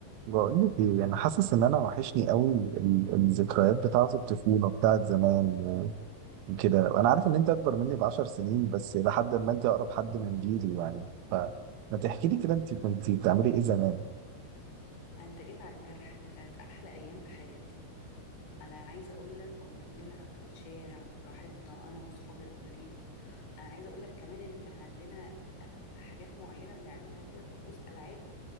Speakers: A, on the right (about 85°); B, on the left (about 55°).
A: بقول لك ايه انا حاسس ان انا وحشني قوي ال- الذكريات بتاعه الطفوله بتاعه زمان وكده وانا عارف ان انت اكبر مني ب 10 سنين بس لحد ما انت اقرب حد من جيلي يعني فما تحكي لي كده انت كنت بتعملي ايه زمان
B: انت جيت على الجرح ده كانت احلى ايام في حياتي انا عايزه اقول لك كنا بنلعب في الشارع براحتنا انا واصحابي البنات انا عايزه اقول لك كمان ان كان عندنا آه، حاجات معينه بنعملها كده طقوس العاب